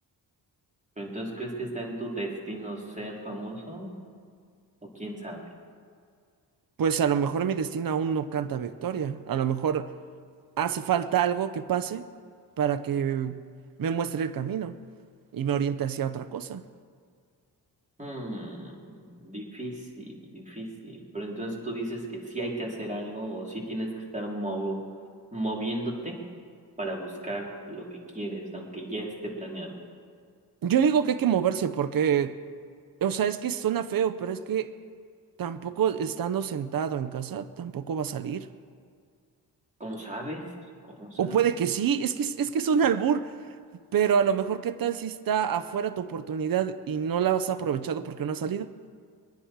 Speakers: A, on the right; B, on the right.
A: Pero entonces, ¿crees que está en tu destino ser famoso o quién sabe?
B: Pues a lo mejor mi destino aún no canta victoria. A lo mejor hace falta algo que pase para que me muestre el camino y me oriente hacia otra cosa.
A: Hmm, difícil, difícil. Pero entonces tú dices que sí hay que hacer algo o sí tienes que estar movo- moviéndote para buscar lo que quieres, aunque ya esté planeado.
B: Yo digo que hay que moverse porque, o sea, es que suena feo, pero es que tampoco estando sentado en casa, tampoco va a salir.
A: ¿Cómo sabes? ¿Cómo sabes?
B: O puede que sí, es que es, es que es un albur, pero a lo mejor qué tal si está afuera tu oportunidad y no la has aprovechado porque no has salido.